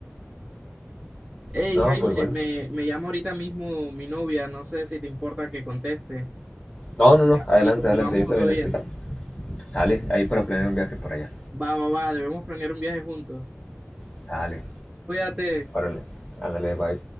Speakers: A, on the right; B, on the left.
A: Hey,
B: No,
A: No,
B: pues
A: Jaime,
B: bueno.
A: me, me llama ahorita mismo mi novia, no sé si te importa que conteste.
B: No, no,
A: Y,
B: no, adelante,
A: y continuamos
B: adelante, yo también
A: otro día.
B: estoy. Sale, ahí para planear un viaje por allá.
A: Va, va, va, debemos planear un viaje juntos.
B: Sale,
A: Cuídate.
B: órale, ándale, bye.